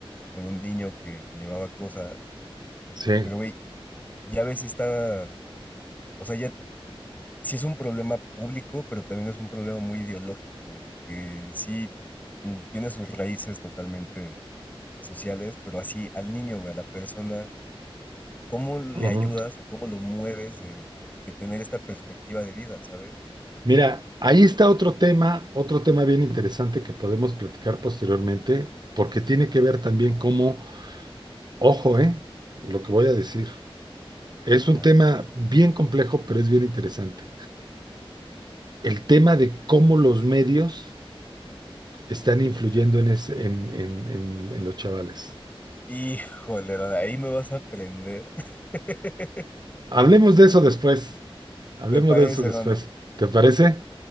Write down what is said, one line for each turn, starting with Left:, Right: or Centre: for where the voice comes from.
Left: por un niño que, que llevaba cosas.
Right: sí.
Left: Pero, güey, ya ves, está, o sea, ya sí es un problema público, pero también es un problema muy ideológico, que sí mm, tiene sus raíces totalmente sociales, pero así al niño, güey, a la persona, ¿cómo le
Right: ujú.
Left: ayudas o cómo lo mueves de, de tener esta perspectiva de vida, ¿sabes?
Right: Mira, ahí está otro tema, otro tema bien interesante que podemos platicar posteriormente, porque tiene que ver también cómo, ojo, eh, lo que voy a decir. Es
Left: Ajá.
Right: un tema bien complejo, pero es bien interesante. El tema de cómo los medios están influyendo en, ese- en en- en- en los chavales.
Left: Híjole, ahí me vas a aprender. <laughs>
Right: Hablemos de eso después. Hablemos
Left: Me parece,
Right: de eso después.
Left: hermano.
Right: ¿Te parece?